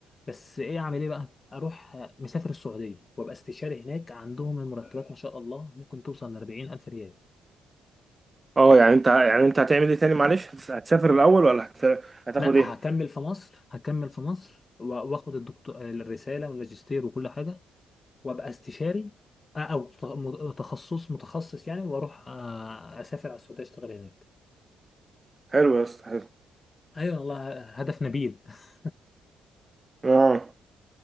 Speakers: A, on the left (about 30°); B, on the right (about 20°).
A: بس ايه اعمل ايه بقى اروح آه، مسافر السعوديه وابقى استشاري هناك عندهم المرتبات ما شاء الله ممكن توصل ل 40 الف ريال
B: اه يعني انت يعني انت هتعمل ايه تاني معلش هتس- هتسافر الاول ولا هت... هتاخد
A: لا
B: ايه
A: هكمل في مصر هكمل في مصر و- واخد الدكتور الرساله والماجستير وكل حاجه وابقى استشاري آه، او ت- م- تخصص متخصص يعني واروح آه، اسافر على السعوديه اشتغل هناك
B: حلو يا اسطى حلو
A: ايوه والله هدف نبيل <laughs>
B: اه